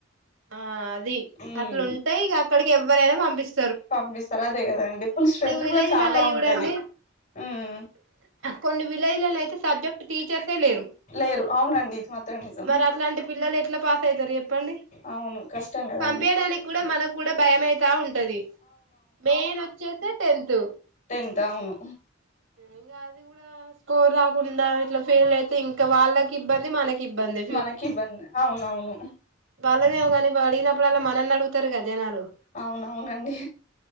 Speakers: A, on the right; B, on the left.
A: ఆ అది
B: ఉమ్
A: అట్ల ఉంటయి ఇగ అక్కడికి ఎవ్వరైనా పంపిస్
B: పంపిస్తారు అదే కదండి ఫుల్ స్ట్రెంత్
A: విలేజ్లలో
B: కూడా చాలా
A: చూడండి
B: ఉంటది. హ్మ్
A: కొన్ని విలేజెలల్లా అయితే సబ్జెక్ట్ టీచర్స్ లేరు
B: లేరు అవునండి ఇది మాత్రం నిజం
A: మరి అట్లాంటి పిల్లలు ఎట్ల పాస్ అయితారు చెప్పండి
B: అవును కష్టం కదండి
A: పంపియడానికి కూడా మనకు కూడా భయమయితా ఉంటది మెయిన్ వచ్చే టెంతు
B: టెంతా అవును
A: ఇంకా అది కూడా స్కోర్ రాకుండా ఇట్లా ఫెయిల్ అయితే ఇంకా వాళ్ళకి ఇబ్బంది మనకి ఇబ్బంది
B: మనకిబ్బందే అవునవును
A: వాళ్ళనేమో కాని అడిగినప్పుడల్ల మనల్నే అడుగు గుతారు కదా జనాలు
B: అవునవునండి